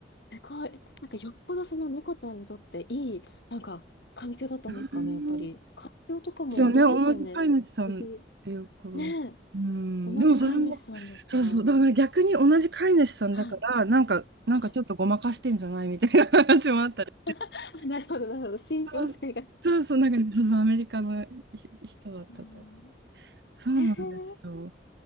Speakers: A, on the left; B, on the right.
A: すごい。なんかよっぽどその猫ちゃんにとっていい、なんか環境だったんですかね、
B: うん
A: やっぱり。環境とかもありますよね、
B: でもね、同じ飼い主さんっていうことだ。
A: 食事。ねえ、
B: うん、
A: 同じ飼い主さんだったら。
B: でもそれも、そうそう、
A: は
B: だからね逆に同じ飼い主さんだから、
A: い。
B: なんか、なんかちょっとごまかしてんじゃないみたいな話もあったり。
A: はい。<laughs> なるほど、なるほど。信憑性が。
B: そうそうそう、なんかね、そうそう、アメリカのひ人だったと思う。
A: うん
B: そうなんですよ。
A: えー、